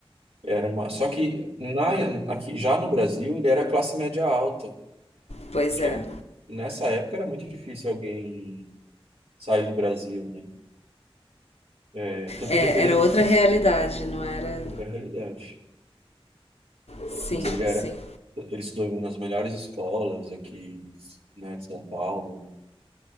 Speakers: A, on the right (about 80°); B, on the left (about 85°).
A: Era uma... Só que na... aqui, já no Brasil ele era classe média alta,
B: Pois
A: e que
B: é.
A: é... nessa época era muito difícil alguém sair do Brasil, né? É, Tanto
B: é
A: que depois
B: era
A: ele
B: outra realidade, não era?
A: foi a realidade.
B: Sim,
A: Mas ele já
B: sim.
A: era. Ele estudou nas melhores escolas aqui, né, de São Paulo.